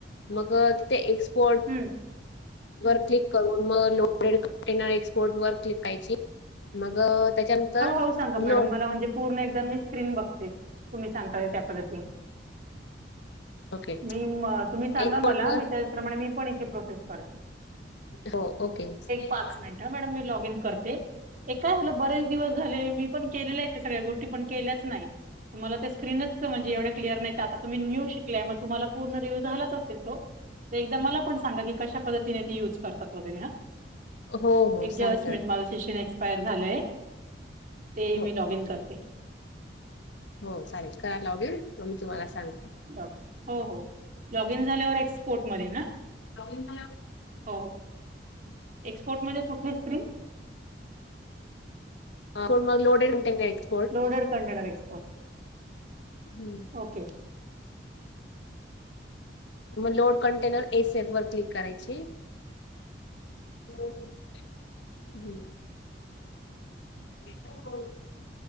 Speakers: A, on the left; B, on the right.
A: मग ते एक्सपोर्ट
B: हं.
A: वर क्लिक करून मग लोडेड कंटेनर एक्सपोर्ट वर क्लिक करायची मग त्याच्यानंतर
B: हो हो सांगा मॅडम
A: लोन
B: मला म्हणजे पूर्ण एकदा मी स्क्रीन बघते तुम्ही सांगता त्या पद्धतीने.
A: ओके
B: मी तुम्ही सांगा
A: एक्सपोर्ट
B: मला
A: वर
B: मी त्याचप्रमाणे मी पण इथे प्रोसेस करते.
A: हो ओके
B: पाच
A: हा
B: मिनिट मॅडम मी लॉग इन करते काय झा. बरेच दिवस झाले मी पण केलेल्या आहेत ते सगळ्या गोष्टी पण केल्याच नाही. मला स्क्रीनच म्हणजे एवढ्या क्लिअर आता तुम्ही न्यु शिकलेले मग तुम्हाला झालाच असल तो एकदा मला पण कश्या पद्धतीने युज करतात वैगेरे
A: हो हो
B: एक जस्ट
A: सांगते
B: मिनिट
A: मॅडम
B: एक्स्पायर झालय ते मि
A: हो
B: लॉग इन करते.
A: हो चालेल करायला लावगेल म मी तुम्हाला सांगते.
B: ल हो हो लॉगिन झाल्यावर एक्सपोर्ट मध्ये ना.
A: <unintelligible>
B: हो एक्सपोर्ट मध्ये कुठली स्क्रीम?
A: हो मग loaded export
B: loaded container export
A: हम्म.
B: ओके.
A: मग लोड कंटेनर एस एफवर क्लिक करायची हम्म. <unintelligible>